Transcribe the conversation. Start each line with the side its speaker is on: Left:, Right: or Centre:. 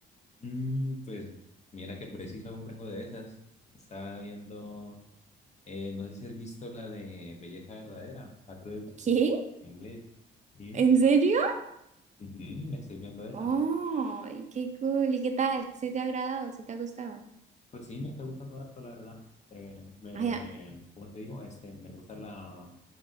Left: Mm, pues mira que preciso aún vengo de esas. Estaba viendo, eh, no sé si has visto la de Belleza Verdadera, la True Beauty,
Right: ¿Qué?
Left: en inglés. Sí.
Right: ¿En serio?
Left: Ujú, me estoy viendo esa.
Right: Oh, qué cool. ¿Y qué tal? ¿Sí te ha agradado? ¿Sí te ha gustado?
Left: Pues sí, me está gustando harto, la verdad. Eh, me,
Right: Ay, ah,
Left: como te digo, este, me gusta la,